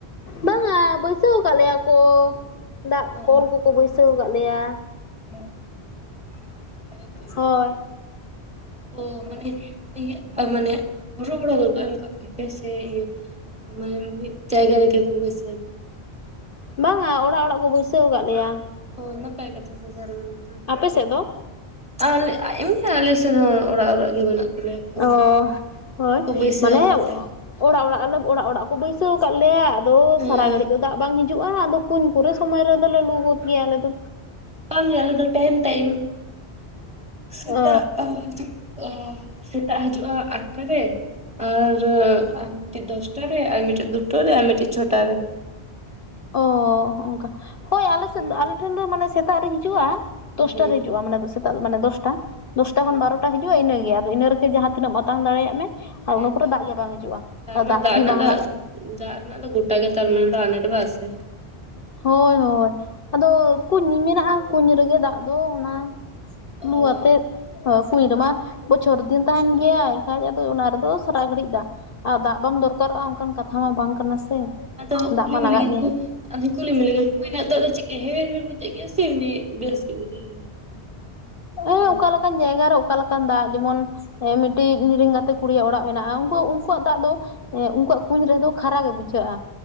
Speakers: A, on the left (about 55°); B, in the centre.
A: ᱵᱟᱝᱟ ᱵᱟᱹᱭᱥᱟᱹᱣ ᱟᱠᱟᱫ ᱞᱮᱭᱟ ᱠᱚ, ᱫᱟᱜ
B: ᱚ
A: ᱠᱚᱞ ᱠᱚᱠᱚ ᱵᱟᱹᱭᱥᱟᱹᱣ ᱟᱠᱟᱫ ᱞᱮᱭᱟ᱾
B: <unintelligible> ᱦᱮᱸᱛᱚ
A: ᱦᱳᱭ᱾
B: ᱚ ᱢᱟᱱᱮ ᱤᱭᱟᱹᱜ ᱟ ᱢᱟᱱᱮ ᱨᱚᱦᱚᱲ ᱦᱟᱠᱚᱠᱚ ᱮᱢ ᱠᱟᱜ ᱯᱮᱣᱟ ᱥᱮ ᱤᱭᱟᱹ ᱢᱟᱱᱮ ᱢᱤᱫ ᱡᱟᱭᱜᱟ ᱨᱮᱜᱮ ᱠᱚ ᱵᱟᱹᱥ
A: ᱵᱟᱝᱟ ᱚᱲᱟᱜ ᱚᱲᱟᱜ ᱠᱚ ᱵᱟᱹᱭᱥᱟᱹᱣ ᱟᱠᱟᱫ ᱞᱮᱭᱟ᱾
B: ᱚ ᱱᱟᱯᱟᱭ ᱠᱟᱛᱷᱟ ᱛᱟᱦᱚᱞᱮ ᱱᱚᱛᱮ
A: ᱟᱯᱮ ᱥᱮᱫ ᱫᱚ
B: ᱟᱞᱮ ᱮᱢ ᱟᱞᱮ ᱥᱮᱱ ᱦᱚᱸ ᱚᱲᱟᱜ ᱚᱲᱟᱜ ᱜᱮ ᱢᱮᱱᱟᱜ ᱛᱟᱞᱮᱭᱟ ᱠᱚᱞ
A: ᱚ ᱦᱳᱭ
B: ᱠᱚᱞ ᱠᱚ ᱵᱟᱹᱭᱥᱟᱹᱣ
A: ᱢᱟᱱᱮ
B: ᱠᱟᱜ ᱞᱮᱭᱟ
A: ᱚᱲᱟᱜ ᱚᱲᱟᱜ ᱞᱮ ᱚᱲᱟᱜ ᱚᱲᱟᱜ ᱠᱚ ᱵᱟᱹᱭᱥᱟᱹᱣ ᱟᱠᱟᱫ ᱞᱮᱭᱟ ᱟᱫᱚ
B: ᱦᱮᱸ
A: ᱥᱟᱨᱟ ᱜᱷᱟᱹᱲᱤᱡ ᱫᱚ ᱫᱟᱜ ᱵᱟᱝ ᱦᱤᱡᱩᱜᱼᱟ ᱦᱤᱡᱩᱜᱼᱟ ᱟᱫᱚ ᱠᱩᱧ ᱠᱚᱨᱮ ᱥᱚᱢᱚᱭ ᱨᱮᱫᱚᱞᱮ ᱞᱩ ᱜᱚᱫ ᱜᱮᱭᱟ ᱟᱞᱮ ᱫᱚ᱾
B: ᱛᱟᱣ ᱜᱮ ᱟᱞᱮ ᱫᱚ ᱴᱟᱭᱤᱢ ᱴᱟᱭᱤᱢ, ᱥᱮᱛᱟᱜ
A: ᱚ
B: ᱚ ᱥᱮᱛᱟᱜ ᱦᱤᱡᱩᱜᱼᱟ ᱟᱴᱴᱟ ᱨᱮ, ᱟᱨ ᱟᱨᱢᱤᱫᱴᱮᱡ ᱫᱚᱥ ᱴᱟ ᱨᱮ ᱟᱨ ᱢᱤᱫᱴᱮᱡ ᱫᱩᱴᱟ ᱨᱮ ᱟᱨ ᱢᱤᱫᱴᱮᱡ ᱪᱷᱚᱴᱟ ᱨᱮ᱾
A: ᱚ ᱚᱱᱠᱟ ᱦᱳᱭ ᱟᱞᱮᱥᱮᱫ
B: ᱦᱩᱸ
A: ᱟᱞᱮᱮᱴᱷᱮᱱ ᱫᱚ ᱢᱟᱱᱮ ᱥᱮᱛᱟᱜ ᱨᱮ ᱦᱤᱡᱩᱜᱼᱟ᱾ ᱫᱚᱥᱴᱟ
B: ᱦᱩᱸ
A: ᱨᱮ ᱦᱤᱡᱩᱜᱼᱟ ᱢᱟᱱᱮ ᱥᱮᱛᱟᱜ ᱢᱟᱱᱮ ᱫᱚᱥᱴᱟ, ᱫᱚᱥᱴᱟ
B: ᱦᱩᱸ
A: ᱠᱷᱚᱱ ᱵᱟᱨᱚᱴᱟ ᱦᱤᱡᱩᱜᱼᱟ ᱤᱱᱟᱹᱜᱮ ᱟᱫᱚ ᱤᱱᱟᱹ ᱨᱮᱜᱮ ᱡᱟᱦᱟᱸ ᱛᱤᱱᱟᱹᱜ ᱢᱟᱛᱟᱝ ᱫᱟᱲᱮᱭᱟᱜ ᱢᱮ ᱟᱨ
B: ᱦᱮᱸ
A: ᱤᱱᱟᱹ ᱯᱚᱨᱮ
B: ᱛᱚ
A: ᱫᱟᱜ ᱜᱮ ᱵᱟᱝ ᱦᱤᱡᱩᱜᱼᱟ,
B: ᱛᱟᱨᱢᱟᱱᱮ
A: ᱟᱨ ᱫᱟᱜ ᱠᱤ
B: ᱨᱮᱱᱟᱜ
A: ᱵᱟᱝ
B: ᱫᱚ
A: ᱞᱟᱜᱟᱜ
B: ᱫᱟᱜ ᱨᱮᱱᱟᱜ ᱫᱚ ᱜᱚᱴᱟ ᱜᱮ ᱛᱟᱨ ᱢᱟᱱᱮ ᱫᱚ ᱟᱱᱟᱴ ᱵᱟ ᱟᱥᱮ
A: ᱦᱳᱭ ᱦᱳᱭ ᱟᱫᱚ ᱠᱩᱧ ᱢᱮᱱᱟᱜᱼᱟ ᱠᱩᱧ ᱨᱮᱜᱮ ᱫᱟᱜ ᱫᱚ ᱚᱱᱟ
B: ᱚ
A: ᱞᱩ ᱟᱛᱮᱫ ᱦᱮᱸ ᱠᱩᱧ ᱨᱮᱢᱟ ᱵᱚᱪᱷᱚᱨ ᱫᱤᱱ ᱛᱟᱦᱮᱱ ᱜᱮᱭᱟ ᱮᱱᱠᱷᱟᱡ ᱟᱫᱚ ᱚᱱᱟ ᱨᱮᱫᱚ ᱥᱟᱨᱟ ᱜᱷᱟᱹᱲᱤᱡ ᱫᱟ ᱟᱨ ᱫᱟᱜ ᱵᱟᱢ ᱫᱚᱨᱠᱟᱨᱚᱜᱼᱟ ᱚᱱᱠᱟᱱ ᱠᱟᱛᱷᱟ ᱢᱟ ᱵᱟᱝ ᱠᱟᱱᱟ ᱥᱮ
B: ᱟᱫᱚ
A: ᱫᱟᱜ
B: ᱠᱩᱞᱤ
A: ᱢᱟ
B: ᱢᱮᱜᱮᱭᱟ
A: ᱞᱟᱜᱟᱜ ᱜᱮᱭᱟ
B: ᱠᱩ ᱟᱫᱚ <unintelligible> ᱫᱟᱜ ᱫᱚ ᱪᱮᱜ ᱮᱦᱮ ᱮᱦᱮ ᱵᱩᱡᱟᱜ ᱜᱮᱭᱟ ᱥᱮ ᱵᱤ-ᱵᱮᱥ ᱜᱮ ᱵᱩᱡᱟᱜ ᱜᱮᱭᱟ? ᱦᱮᱸ
A: ᱚ ᱚᱠᱟ ᱞᱮᱠᱟᱱ ᱡᱟᱭᱜᱟ ᱨᱮ ᱚᱠᱟ ᱞᱮᱠᱟᱱ ᱫᱟᱜ, ᱡᱮᱢᱚᱱ ᱦᱮᱸ ᱢᱤᱫᱴᱤᱡ ᱤᱨᱮᱤᱧ ᱜᱟᱛᱮ ᱠᱩᱲᱤᱭᱟᱜ ᱚᱲᱟᱜ ᱢᱮᱱᱟᱜᱼᱟᱠᱩ ᱩᱱᱠᱩᱣᱟᱜ ᱫᱟᱜ ᱫᱚ ᱦᱮᱸ ᱩᱱᱠᱩᱣᱟᱜ ᱠᱩᱧ ᱨᱮᱫᱚ ᱠᱷᱟᱨᱟ ᱜᱮ ᱵᱩᱡᱷᱟᱹᱜᱼᱟ